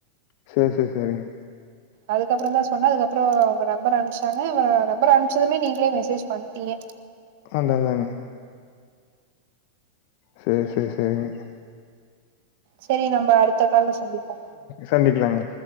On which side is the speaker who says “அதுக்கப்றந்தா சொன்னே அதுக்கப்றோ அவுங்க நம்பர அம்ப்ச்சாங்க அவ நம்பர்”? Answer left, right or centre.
Right